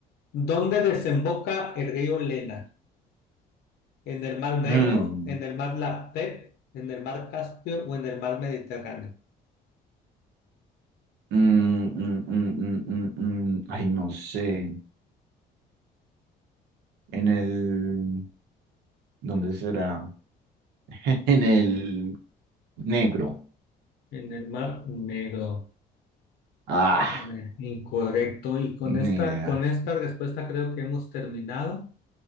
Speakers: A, on the left; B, on the right.
A: ¿Dónde desemboca el río Lena? ¿En el Mar Negro,
B: Mm,
A: en el Mar Laptev, en el Mar Caspio o en el Mar Mediterráneo?
B: mm, mm, mm, mm, mm, mm. Ay, no sé. En el... ¿Dónde será? <laughs> En el negro.
A: En el Mar Negro.
B: Ah,
A: Eh, incorrecto. Y con esta,
B: ni idea.
A: con esta respuesta creo que hemos terminado.